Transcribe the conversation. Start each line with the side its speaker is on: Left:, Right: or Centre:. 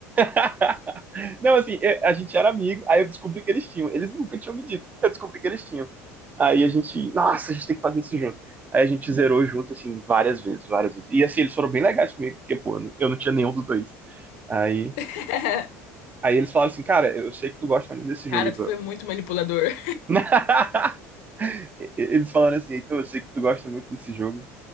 Right: <laughs> Não, assim, eu- a gente era amigo, aí eu descobri que eles tinham. Eles nunca tinham me dito, eu descobri que eles tinham. Aí a gente, nossa, a gente tem que fazer isso junto. Aí a gente zerou junto, assim, várias vezes, várias vezes. E assim, eles foram bem legais comigo, porque, pô, eu não eu não tinha nenhum dos dois. Aí,
Left: <laughs>
Right: aí eles falaram assim, cara, eu sei que tu gosta muito desse
Left: Cara,
Right: jogo, Heitor.
Left: tu foi muito manipulador. <laughs>
Right: <laughs> E- Eles falaram assim, Heitor, eu sei que tu gosta muito desse jogo.